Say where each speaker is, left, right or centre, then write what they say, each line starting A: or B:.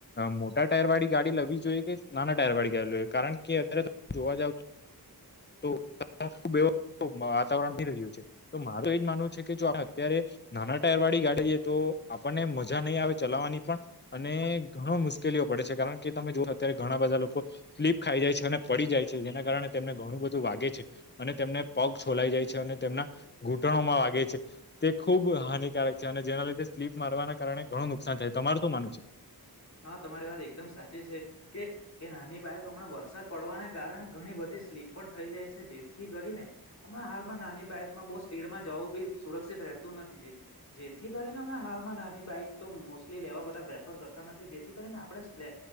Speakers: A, on the left (about 25°); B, on the left (about 45°).
A: મોટા ટાયર વાળી ગાડી લવી જોઈએ કે નાના ટાયર વાળી ગાડી લઈએ કારણ કે અત્યારે ત જોવા જાવ છો. તો ખબવ વાતાવરણ બી રહ્યું છે તો મારું એજ માનવું છે કે જો <inaudible> અત્યારે નાના ટાયર વાળી ગાડી છે, તો આપણને મજા નહીં આવે ચલાવવાની પણ અને ઘણો મુશ્કેલીઓ પડે છે, કારણ કે તમે જો અત્યારે ઘણા બધા લોકો ફલીપ ખાઈ જાય છે, અને પડી જાય છે, જેના કારણે તેમને ઘણું બધું વાગે છે, અને તેમને પગ છોલાઈ જાય છે, અને તેમના ઘૂંટણોમાં વાગે છે, તે ખૂબ હાનિકારક છે, અને જેના લીધે સ્લીપ મારવાના કારણે ઘણું નુકસાન થાય તમાર શું માનું છે.
B: હા તમારી વાત એકદમ સાચી છે કે કે નાની બાાયક હમણાં વરસાદ પડવાને કારણે ઘણી બધી સ્લીપ પણ થઈ જાય છે, જેથી કરીને હમણાં હાલમાં નાની બાઈકમાં બો સ્પીડમાં જવું બી સુરક્ષિત રહેતું નથી જેથી કરીને હ મણા હાલમાં નાની બાઈક તો મોસ્ટલી લેવા બધા પ્રેફર કર તા નથી જેથી કરીને આપણે સપલે